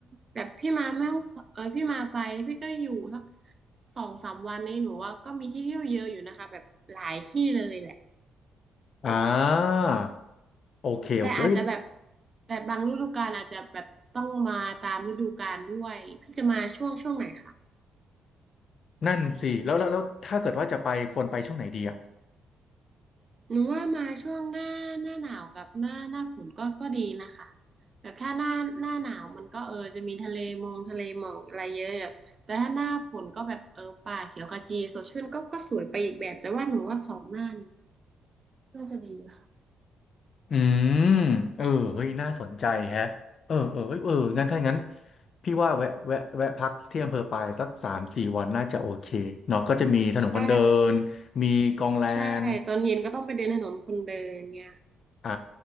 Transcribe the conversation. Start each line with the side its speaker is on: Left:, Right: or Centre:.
Right: แบบพี่มาแม่ฮ่องสเออพี่มาไปพี่ก็อยู่สักสองสามวันนี้หนูว่าก็มีที่เที่ยวเยอะอยู่นะคะแบบหลายที่เลยแหละ
Left: อ่าโอเคโอเคเอ้ย
Right: แต่อาจจะแบบแบบบางฤดูกาลอาจจะแบบต้องมาตามฤดูกาลด้วยพี่จะมาช่วงช่วงไหนคะ
Left: นั่นสิแล้วแล้วแล้วถ้าเกิดว่าจะไปควรไปช่วงไหนดีอ่ะ
Right: หนูว่ามาช่วงหน้าหน้าหนาวกับหน้าหน้าฝนก็ก็ดีนะคะแบบถ้าหน้าหน้าหนาวมันก็เออจะมีทะเลมงทะเลหมอกอะไรเยอะอะแต่ถ้าหน้าฝนก็แบบเออป่าเขียวขจีสดชื่นก็ก็สวยไปอีกแบบแต่ว่าหนูว่าสองหน้านี้น่าจะดีค่ะ
Left: อืมเออเฮ้ยน่าสนใจแฮะเออเออเอ้ยเอองั้นถ้างั้นพี่ว่าแวะแวะแวะพักที่อำเภอปายสักสามสี่วันน่าจะโอเคเนาะก็จะมีถนนคนเดินมีกองแลน
Right: ใช่ใช่ตอนเย็นก็ต้องไปเดินถนนคนเดินเงี้ย
Left: อ่า